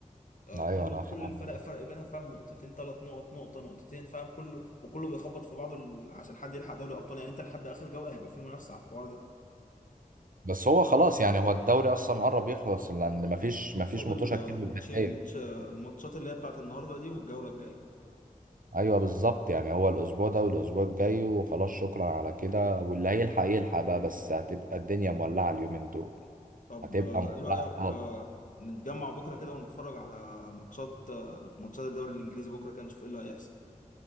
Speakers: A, on the left; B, on the right.
A: آه،
B: ايوه
A: كل
B: انا فاهم
A: كل الفرق فرق بينها فاهم نقطتين ثلاث نقط نقطة نقطتين فاهم كله وكله بيخبط في بعضه ال- عشان حد يلحق دوري الأبطال يعني أنت لحد آخر جولة هيبقى في منافسة على الحوار ده
B: بس هو خلاص يعني هو الدوري اصلا قرب يخلص لان مفيش
A: طب
B: مفيش
A: فاضل
B: مطوشه
A: آه،
B: كتير متبقيه
A: ماتشين ماتش آه، الماتشات اللي هي بتاعت النهاردة دي والجولة الجاية
B: ايوه بالظبط يعني هو الاسبوع ده والاسبوع الجاي وخلاص شكرا على كده واللي هيلحق يلحق بقى بس هتبقى الدنيا مولعه اليومين دول
A: طب
B: هتبقى
A: آه،
B: مولعه
A: إيه رأيك
B: خالص
A: آه، نتجمع بكرة كده ونتفرج على ماتشات آه، ماتشات الدوري الإنجليزي بكرة كده نشوف إيه اللي هيحصل